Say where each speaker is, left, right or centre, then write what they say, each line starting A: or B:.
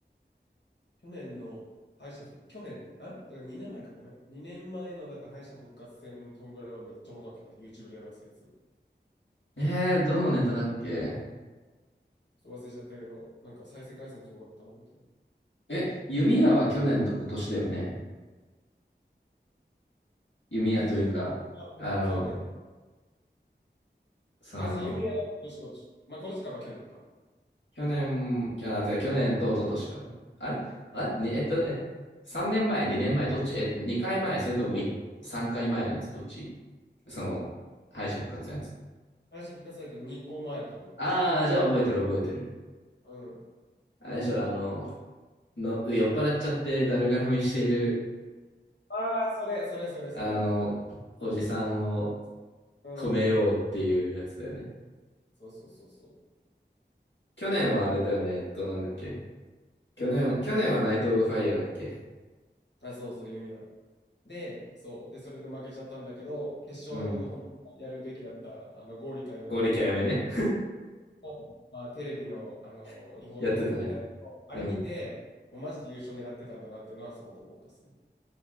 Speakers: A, on the left; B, on the left.
A: 去年の敗者復、去年ね。あ、だから2年前か、ごめん。2年前のなんか敗者復活戦のトム・ブラウンめっちゃおもろかったね。YouTube で上がってたやつ。
B: えー、どのネタだっけ
A: ちょっと忘れちゃったけど、なんか再生回数もすごかったの覚えてる。
B: え、弓矢は去年と今年だよね。弓矢というか、
A: ユミあそうね。
B: あの、その、
A: あ、そう、ユミヤ今年今年。まあ今年か、まあ去年か。
B: 去年、きゃあ、違う去年と一昨年か。あれあれに、えっと、え ?3 年前、2年前、どっちえ、2回前、それとも3回前のやつ、どっちその、敗者復活のやつ。
A: 敗者復活サイト2個前だと思う。
B: ああ、じゃあ覚えてる覚えてる。
A: うん。
B: あれでしょ、あの、の、酔っ払っちゃってだるがらみしている、
A: ああ、それ、それ、それ、それ。
B: あの、おじさんを
A: うん。
B: 止めようっていうやつだよね。
A: そうそうそうそう。
B: 去年はあれだよね、
A: いやー、おも、
B: えっと、なんだっけ。去年、
A: ユミヤ。
B: 去年はナイト・オブ・ファイヤーだっけ。
A: あ、そうそう、弓矢。で、そう。で、それで負けちゃったんだけど、決勝用で本当はやるべきだった、
B: うん。
A: あの、ゴーリカやめのネタ
B: 剛力あやめね。
A: を、まあ、テレビの、あの、
B: <laughs>
A: 違法転載で見たやつをあれ見て、
B: やってたね。うん。
A: おマジで優勝狙ってたんだなっていうのはすごく思ったですね。